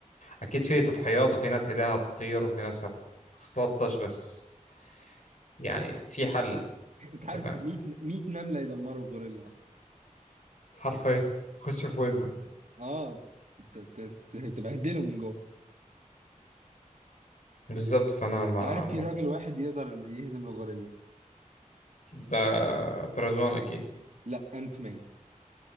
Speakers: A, on the left; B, on the right.
A: أكيد في تضحيات وفي ناس إيديها هتطير وفي ناس هتتلطش بس يعني في حل أنت
B: <laughs> انت عارف
A: فاهم
B: 100 100 نمله يدمروا الغوريلا اصلا
A: حرفيا خش في ودنه
B: اه ت- ت- ت- تبهدله من جوه
A: بالظبط فأنا
B: انت
A: ما
B: عارف
A: م-
B: في راجل واحد يقدر يهزم الغوريلا
A: ده طرزان أكيد
B: لا انت مان